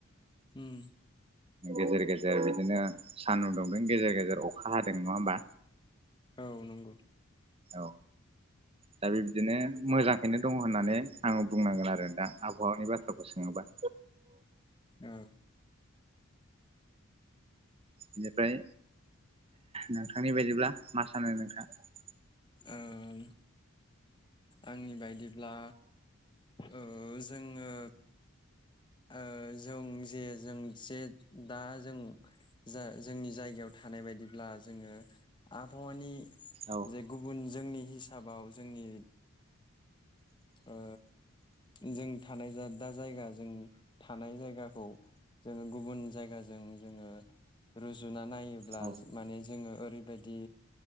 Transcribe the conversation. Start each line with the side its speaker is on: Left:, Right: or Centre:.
Left: होम
Right: गेजेर गेजेर बिदिनो सानदुं दुंदों गेजेर गेजेर अखा हादों नङा होमबा?
Left: औ नंगौ।
Right: औ दा बिबदिनो मोजांखैनो दङ होननानै आं बुंनांगोन आरो दा आबहावानि बाथ्राखौ सोङोबा।
Left: औ।
Right: बेनिफ्राय नोंथांनि बायदिब्ला मा सानो नोंथाङा?
Left: ओं आंनि बायदिब्ला ओ जोङो ओ जों जे जों जे दा जों जा जोंनि जायगायाव थानाय बायदिब्ला जोङो आबहावानि
Right: औ
Left: जे गुबुन जोंनि हिसाबाव जोंनि ओ जों थानाय दा जायगा जों थानाय जायगाखौ। जोङो गुबुन जायगाजों जोङो रुजुना नायोब्ला
Right: औ
Left: माने जोङो ओरैबायदि